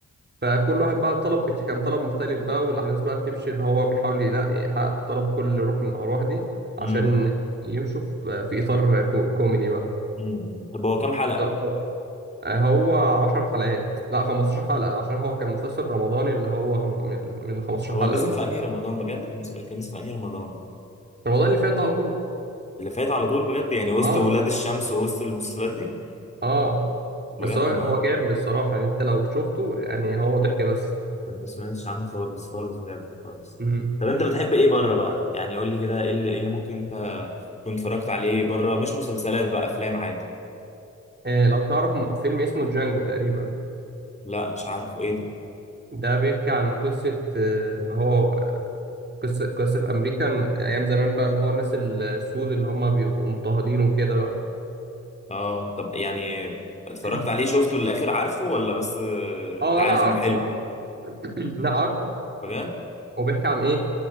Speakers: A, on the right; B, on the left.
A: فكل واحد بقى طلب بت- كان طلب مختلف بقى والأحداث بقى بتمشي إن هو بيحاول ينقي يحقق طلب كل روح من الأرواح دي عشان
B: امم
A: يمشوا في في إطار كو- كوميدي بقى
B: امم طب هو كام حلقة
A: هو هو 10 حلقات لا 15 حلقة عشان هو كان مسلسل رمضاني اللي هو خم- من من ال 15
B: هو
A: حلقة
B: نزل
A: دول
B: في انهي رمضان بجد كان نزل كان نزل في انهي رمضان
A: رمضان اللي فات ده على طول
B: اللي فات على طول بجد يعني وسط
A: اه
B: ولاد الشمس ووسط المسلسلات دي
A: اه
B: بجد
A: بس هو
B: انا
A: هو
B: ما
A: جامد الصراحة يعني انت لو شفته يعني هو ضحك بس
B: ما سمعتش عنه خالص خالص بجد خالص
A: امم
B: طب انت بتحب ايه بره بقى يعني قول لي كده ايه اللي, إيه اللي ممكن انت تكون اتفرجت عليه بره مش مسلسلات بقى افلام عادي
A: آه لو تعرف م- فيلم اسمه جانجو تقريبا
B: لا مش عارفه ايه ده
A: ده بيحكي عن قصة آه، اللي هو قصة قصة في أمريكا أيام زمان بقى اللي هو الناس السود اللي هم بيبقوا مضطهدين وكده بقى
B: اه طب يعني
A: <coughs>
B: اتفرجت عليه شفته للاخر عارفه ولا بس آه،
A: اه
B: انت عارف
A: لا عارفه
B: انه حلو
A: عارفه <clears throat> لا عارفه
B: بجد
A: هو بيحكي عن ايه